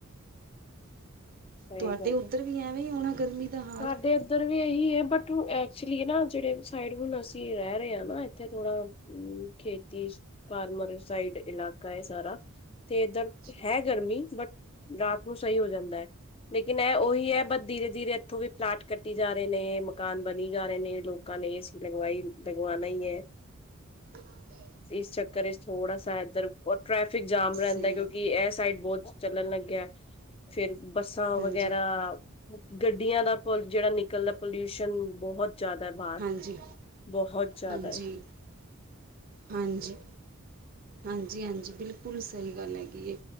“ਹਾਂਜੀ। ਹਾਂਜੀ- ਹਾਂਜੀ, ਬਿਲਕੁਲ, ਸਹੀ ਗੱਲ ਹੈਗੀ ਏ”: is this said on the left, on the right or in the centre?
Right